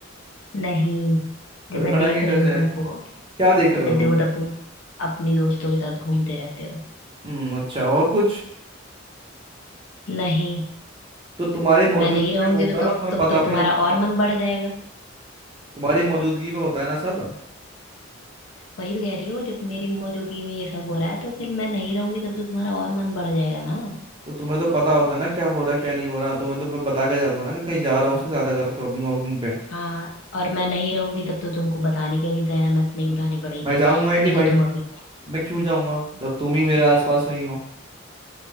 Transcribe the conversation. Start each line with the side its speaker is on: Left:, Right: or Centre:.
Left: नहीं जब
Right: लड़खड़ाएंगे
Left: मैं देख
Right: कैसे
Left: रही हूँ तुमको
Right: है क्या देख रहे
Left: जब
Right: हो
Left: देखो
Right: तुम
Left: तब तुम अपनी दोस्तों के साथ घूमते रहते हो
Right: हम्म अच्छा और कुछ
Left: नहीं
Right: तो तुम्हारी मौजूदगी
Left: मैं नहीं रहूंगी
Right: में घूमता
Left: तो तुम
Right: है तुम्हें
Left: तुम
Right: पता
Left: तो तुम्हारा
Right: भी
Left: और मन बढ़ जाएगा
Right: तुम्हारी मौजूदगी में होता है ना सब
Left: वही तो कह रही हूँ जब मेरी मौजूदगी में ये सब हो रहा है तो फिर मैं नहीं रहूंगी तब तो तुम्हारा और मन बढ़ जाएगा ना
Right: तो तुम्हें तो पता होता है ना क्या हो रहा है क्या नहीं हो रहा तुम्हें तो मैं बता के जाता हूँ ना कि कहीं जा रहा हूँ उसके साथ अगर शॉपिंग वॉपिंग पे
Left: हाँ और मैं नहीं रहूंगी तब तो तुमको बताने की भी जहमत नहीं उठानी पड़ेगी
Right: मैं जाऊंगा ही नहीं
Left: फिर
Right: भाई
Left: तो तुम अभी
Right: मैं क्यों जाऊंगा जब तुम ही मेरे
Left: तो
Right: आसपास नहीं हो